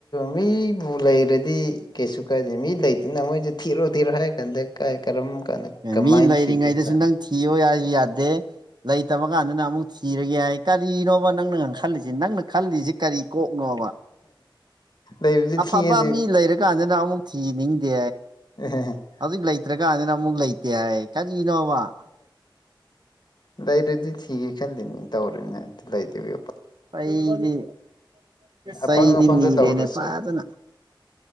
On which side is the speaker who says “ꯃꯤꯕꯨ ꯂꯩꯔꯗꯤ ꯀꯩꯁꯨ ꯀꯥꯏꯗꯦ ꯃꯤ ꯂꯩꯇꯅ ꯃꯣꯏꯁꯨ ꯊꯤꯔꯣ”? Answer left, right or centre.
Left